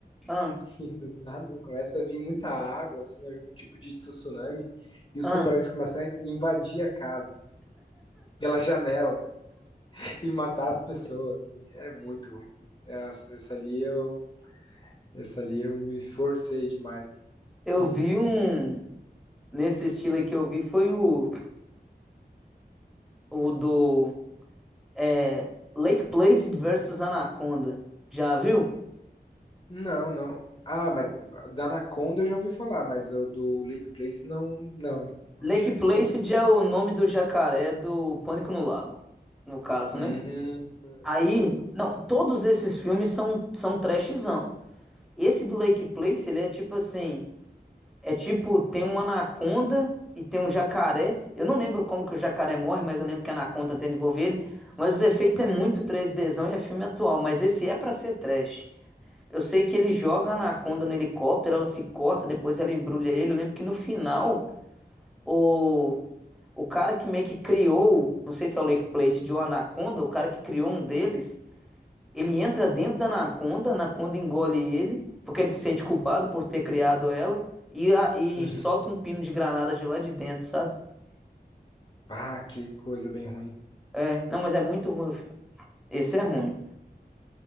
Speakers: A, in the centre; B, on the left.
A: ah,
B: <laughs> e do nada começa a vir muita água, assim, é um tipo de tsunami, e os
A: ah.
B: tubarões começam a invadir a casa pela janela e matar as pessoas, assim, é muito ruim. Essa, essa ali eu, essa ali eu me forcei demais.
A: Eu
B: Uhum.
A: vi um. Nesse estilo aí que eu vi foi o, o do é, Lake Placid versus Anaconda. Já viu?
B: Não, não. Ah, mas da Anaconda eu já ouvi falar, mas o do Lake Place não, não, não
A: Lake
B: tinha
A: Placid
B: visto ainda.
A: é o nome do jacaré do Pânico no Lago, no caso,
B: Hum,
A: né? Aí,
B: boa.
A: não, todos esses filmes são, são trashzão. Esse do Lake Placid, ele é tipo assim. É tipo, tem uma anaconda e tem um jacaré. Eu não lembro como que o jacaré morre, mas eu lembro que a anaconda tenta envolver ele. Mas os efeitos é muito três dzão e é filme atual, mas esse é pra ser trash. Eu sei que ele joga a anaconda no helicóptero, ela se corta, depois ela embrulha ele. Eu lembro que no final, o, o cara que meio que criou, não sei se é o Lake Plate de uma anaconda, o cara que criou um deles, ele entra dentro da Anaconda, a Anaconda engole ele, porque ele se sente culpado por ter criado ela, e, a- e
B: Uhum.
A: solta um pino de granada de lá de dentro, sabe?
B: Ah, que coisa bem ruim.
A: É, não, mas é muito ruim o filme. Esse é ruim.